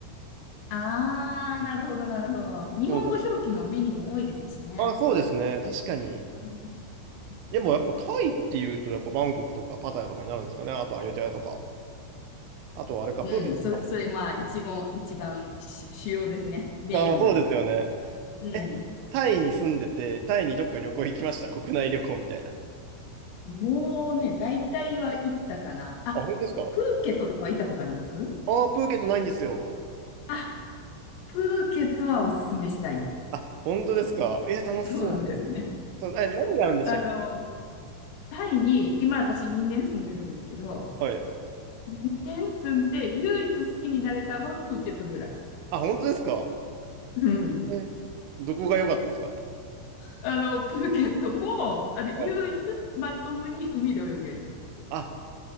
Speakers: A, on the left (about 80°); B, on the right (about 85°).
A: あー、
B: うん
A: なるほど、なるほど。日本語表記のメニューも多いですしね。
B: そうそう。あ、そうですね。確かに。
A: うん、うん
B: でもやっぱタイっていうと、やっぱバンコクとかパタヤとかになるんですかね。あとアユタヤとか。あとはあれか、
A: うんそれ、
B: プーケットとかも。
A: それ、まあ、一番、一番主主要ですね。メインの。
B: あーまあ、そうですよね。
A: うん。
B: え、タイに住んでて、タイにどっか旅行行きました。国内旅行みたいな。あ、
A: もうね、大体は行ったかな。あ、
B: 本当ですか
A: プーケットとかは行ったことあります
B: ああー、プーケットないんですよ。
A: あ、プーケットはおすすめしたいです。
B: あ、本当ですかえ、楽しそ
A: そうですね。
B: う。そう、え、何があるんでしたっけ
A: あの、タイに、今私2年住んでるんですけど、
B: はい。
A: 2年住んで唯一好きになれたのはプーケットぐらい。
B: あ、本当ですか
A: うん。
B: え、どこが良かったですか
A: あの、プーケットも、あの、唯一まともに海で泳げる。
B: はい。あ、